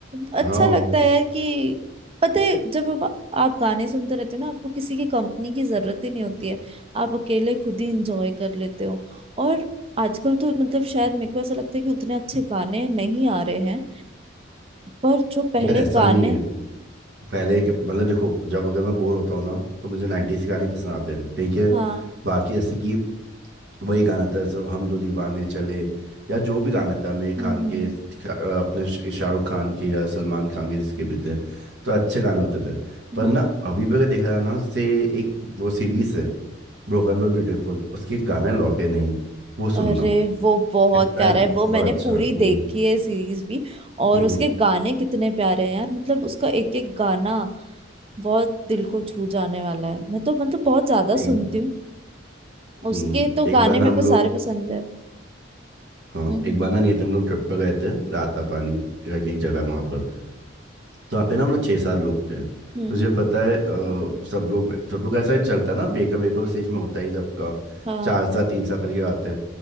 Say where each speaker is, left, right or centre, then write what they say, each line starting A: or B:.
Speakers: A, on the right; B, on the right.
A: अच्छा
B: हाँ
A: लगता है यार कि पता है जब आप, आप गाने सुनते रहते हो ना आपको किसी की कंपनी की जरूरत ही नहीं होती है आप अकेले खुद ही इंजॉय कर लेते हो और आजकल तो मतलब शायद मेरे को ऐसा लगता है कि उतने अच्छे गाने नहीं आ रहे हैं पर जो पहले
B: यार ऐसा
A: गाने
B: नहीं है पहले के मतलब देखो जब अगर मैं बोर होता हूँ ना तो मुझे 90s के गाने पसंद आते हैं ठीक है
A: हाँ
B: बाकी जैसे कि वही गाना था जैसे हम दो दीवाने चले या जो भी गाना था आमिर
A: हम्म
B: खान
A: हम्म
B: के अ, अपने श- शाहरुख खान के या सलमान खान के जिसके भी थे तो अच्छे गाने होते थे
A: हम्म
B: पर ना अभी भी अगर देखा जाए ना से एक वो सीरीज है ब्रोकन बट ब्यूटीफुल उसके एक गाना है लौटे नहीं वो सुनना
A: अरे वो बहुत
B: इतना
A: प्यारा है वो
B: बहुत
A: मैंने
B: अच्छा
A: पूरी
B: है। हम्म
A: देखी है सीरीज भी और
B: हम्म
A: उसके गाने कितने प्यारे हैं यार मतलब उसका एक एक गाना बहुत दिल को छू जाने वाला है मैं तो मतलब बहुत ज्यादा
B: एक
A: सुनती हूँ उसके
B: हम्म
A: तो गाने
B: एक बार ना
A: मेरे
B: हम
A: को
B: लोग
A: सारे पसंद है
B: हाँ
A: हम्म
B: एक
A: हम्म
B: बार ना नहीं थे हम लोग ट्रिप पे गए थे राता पानी करके एक जगह है वहाँ पर तो वहाँ पे ना हम लोग छः सात लोग थे
A: हम्म,
B: तुझे पता है अ, सब लोग सब लोग ऐसा ही चलता है ना वेकअप वेकअप स्टेज में होता ही सबका
A: हाँ
B: चार साल तीन साल पहले की बात है